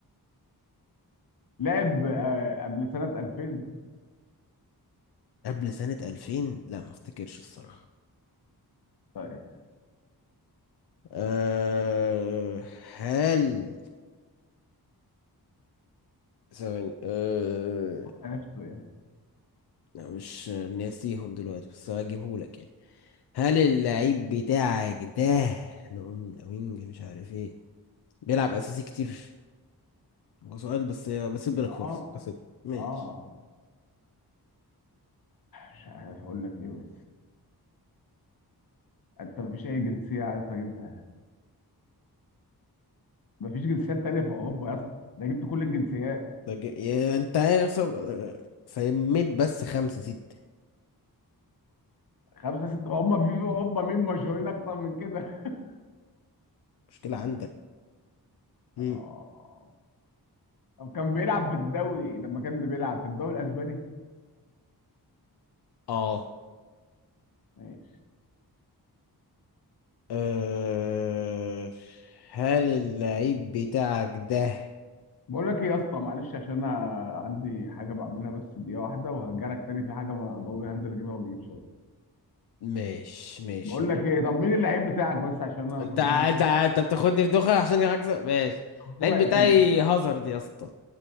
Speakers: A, on the left (about 60°); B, on the left (about 80°).
A: لعب آه، قبل سنة 2000
B: قبل سنة 2000 لا ما افتكرش الصراحة
A: طيب
B: أه هل ثواني أه
A: عرفته يعني
B: لا مش ناسيهم دلوقتي بس هجيبه لك يعني هل اللعيب بتاعك ده لون وينج مش عارف ايه بيلعب اساسي كتير هو سؤال بس بسيب لك فرصة
A: اه
B: بس ماشي
A: اه مش عارف اقول لك ايه بس انت مفيش اي جنسية عارف اجيبها مفيش جنسيات تانية في اوروبا يا اسطى ده جبت كل الجنسيات
B: ده ج- يا انت عارف سب- آه، سميت بس خمسة ستة
A: خمسة ستة هم في في اوروبا مين مشهورين اكتر من كده <laughs>
B: مشكلة عندك مم.
A: اه طب كان بيلعب في الدوري لما كان بيلعب في الدوري الاسباني
B: اه
A: ماشي
B: أه... هل اللعيب بتاعك ده
A: بقول لك ايه يا اسطى معلش عشان انا عندي حاجة بعملها بس دقيقة واحدة وهرجع لك تاني في حاجة ما ضروري هنزل اجيبها واجيب صورة.
B: ماشي ماشي
A: بقول
B: مكمل.
A: لك ايه طب مين اللعيب بتاعك بس عشان انا
B: انت
A: فضول
B: انت
A: هي-
B: انت بتاخدني في دوخة عشان اكسب ماشي اللعيب
A: فضول هيقتل
B: بتاعي هازارد يا اسطى